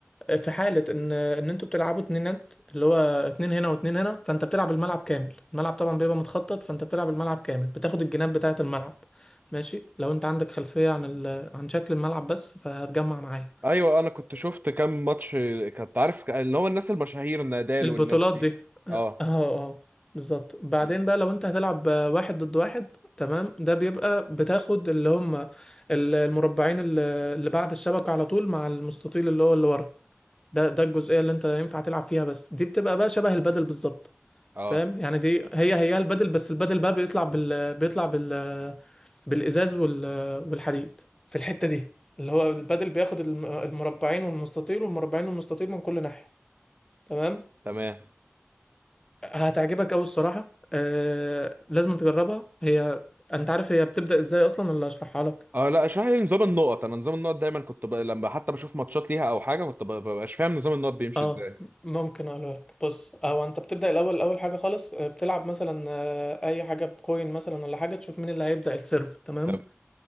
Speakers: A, on the left (about 15°); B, on the right (about 40°).
A: في حالة ان ان انتوا بتلعبوا اتنينات اللي هو اتنين هنا واتنين هنا فانت بتلعب الملعب كامل الملعب طبعا بيبقى متخطط فانت بتلعب الملعب كامل بتاخد الجناب بتاعة الملعب ماشي لو انت عندك خلفية عن ال... عن شكل الملعب بس فهتجمع معايا
B: ايوه انا كنت شفت كام ماتش كنت عارف اللي هو الناس المشاهير نادال
A: البطولات
B: والناس دي
A: دي اه
B: اه
A: اه أه. بالظبط بعدين
B: م.
A: بقى لو انت هتلعب آه، واحد ضد واحد تمام ده بيبقى بتاخد اللي هم ال- المربعين اللي اللي بعد الشبكة على طول مع المستطيل اللي هو اللي ورا ده ده الجزئيه اللي انت ينفع تلعب فيها بس دي بتبقى بقى شبه البادل بالظبط
B: اه
A: فاهم يعني دي هي هي البادل بس البادل بقى بيطلع بال بيطلع بال بالازاز وال والحديد في الحته دي اللي هو البادل بياخد الم- المربعين والمستطيل والمربعين والمستطيل من كل ناحيه تمام
B: تمام
A: هتعجبك قوي الصراحه آه... لازم تجربها هي انت عارف هي بتبدا ازاي اصلا اللي هشرحها لك
B: اه لا اشرح لي نظام النقط انا نظام النقط دايما كنت ب... لما حتى بشوف ماتشات ليها او حاجه كنت ب... ببقاش فاهم نظام النقط بيمشي
A: اه
B: ازاي
A: ممكن اقولها لك بص او انت بتبدا الاول اول حاجه خالص آه، بتلعب مثلا آه، اي حاجه بكوين مثلا ولا حاجه تشوف مين اللي هيبدا السيرف تمام
B: طب